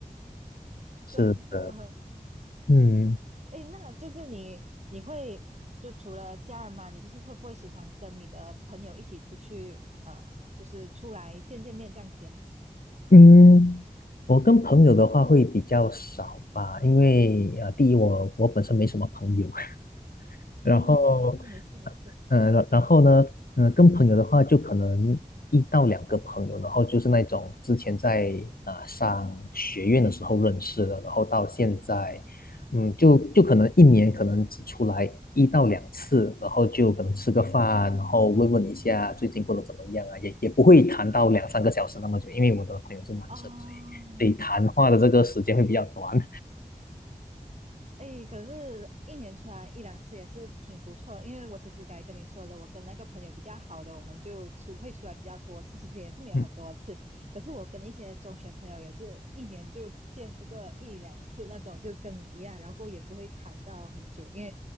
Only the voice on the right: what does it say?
<laughs>
真的。
哎，那就是你你会就除了家人嘛，你就是会不会时常跟你的朋友一起出去，呃，就是出来见见面这样子啊？
嗯，啊、没事没事，
哦，
哎，可是，一年出来一两次也是挺不错的因为我其实该跟你说的，我跟那个朋友比较好的，我们就出会出来比较多次，其实也是没有很多次。
可是我跟一些中学朋友也是一年就见这个一两次那种，就跟你一样，然后也不会谈到很久，因为